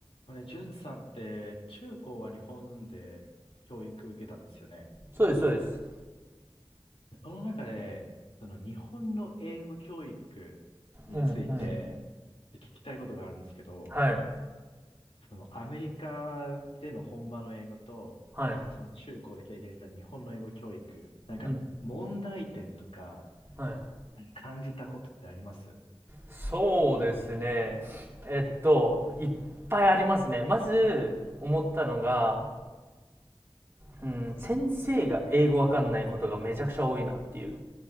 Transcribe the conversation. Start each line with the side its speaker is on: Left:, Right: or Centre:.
Left: あれ、んさんって中高は日本で教育受けたんですよね。
Right: そうです、そうです。
Left: その中で、その日本の英語教育について聞きたいことがあるんですけど、
Right: うんうん。はい。
Left: そのアメリカでの本場の英語と、
Right: はい。
Left: その中高で経験した日本の英語教育、なんか問題点とか
Right: うん。はい。
Left: なんか感じたことってあります
Right: そうですね。えっと、いっぱいありますね。まず、思ったのが、うん、先生が英語わかんないことがめちゃくちゃ多いなっていう。